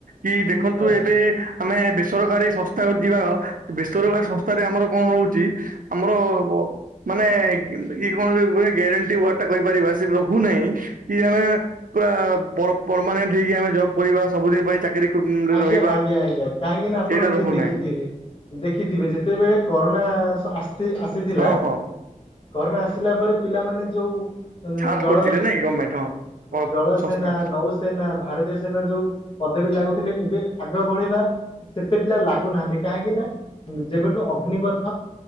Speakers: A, on the right; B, on the left.
A: କି ଦେଖନ୍ତୁ
B: ଆଜ୍ଞା
A: ଏବେ ଆମେ ବେସରକାରୀ ସଂସ୍ଥା ଯିବା ବେସରକାରୀ ସଂସ୍ଥାରେ ଆମର କଣ ରହୁଚି? ଆମର ଅ ମାନେ ଇ କଣ ଗ୍ୟାରେଣ୍ଟି ୱାର୍ଡଟା କହିପାରିବା ସେଠି ରହୁନାହିଁ କି ଆମେ ପୁରା ପରମାନେଣ୍ଟ ହେଇକି ଆମେ ଜବ୍ କରିବା ସବୁଦିନ ପାଇଁ ଚାକିରି କ
B: ଆଜ୍ଞା
A: ରହିବା।
B: ଆଜ୍ଞା ଆଜ୍ଞା କାହିଁକି ନା ଆପଣ
A: ସେଇଟା
B: ନିଜେ
A: ରହୁନାହିଁ
B: ଦେଖିଥିବେ ଦେଖିଥିବେ ଯେତେବେଳେ କରୋନା ଆସ୍ ଆସ୍ ଆସି ଥିଲା
A: ହଁ ହଁ
B: କରୋନା ଆସିଲା ପରେ ପିଲାମାନେ ଯୋଉ <unintelligible>
A: ଛାଟ
B: ଉଁ ଜଳ
A: କରିଥିଲେ ନାଇଁ ଗଭର୍ଣମେଣ୍ଟ ହଁ। ଅ
B: ଜଳସେନା
A: ସଂସ୍ଥା
B: ନୌ ସେନା ଭାରତୀୟ ସେନାର ଯୋଉ ପଦବୀ ଲାଗୁଥିଲେ ଏବେ ଆଗ ଭଳିବା। ସେତେ ପିଲା ଲାଗୁ ନାହାଁନ୍ତି କାହିଁକି ନା ଯେବେଠୁ ଅଗ୍ନିପଥ